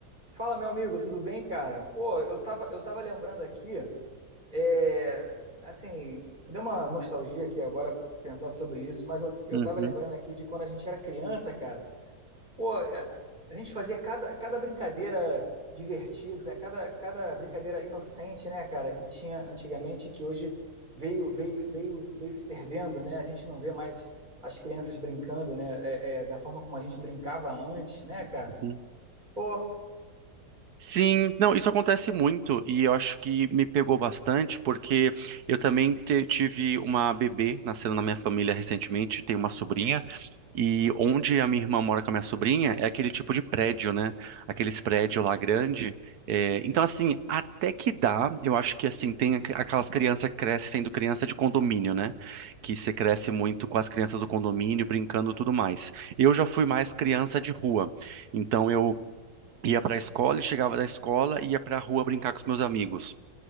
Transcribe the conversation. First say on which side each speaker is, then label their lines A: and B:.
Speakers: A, on the right; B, on the right.
A: Fala, meu amigo, tudo bem, cara? Pô, eu tava, eu tava lembrando aqui, é, assim, me deu uma nostalgia aqui agora pensar sobre isso, mas eu, eu
B: Uhum,
A: tava lembrando aqui de quando a gente era criança, cara. Pô, a, a gente fazia cada, cada brincadeira divertida, cada, cada brincadeira inocente, né, cara, que tinha antigamente e que hoje veio, veio, veio, veio se perdendo, né? A gente não vê mais as crianças brincando, né? é, é, da forma como a gente brincava antes, né, cara?
B: uhum.
A: Pô.
B: Sim, não, isso acontece muito e eu acho que me pegou bastante porque eu também te- tive uma bebê nascendo na minha família recentemente, tenho uma sobrinha e onde a minha irmã mora com a minha sobrinha é aquele tipo de prédio, né? Aqueles prédios lá grande. É, então assim, até que dá, eu acho que assim tem aqu- aquelas crianças que crescem sendo criança de condomínio, né? Que você cresce muito com as crianças do condomínio brincando e tudo mais. Eu já fui mais criança de rua. Então eu ia para a escola e chegava da escola ia para a rua brincar com os meus amigos.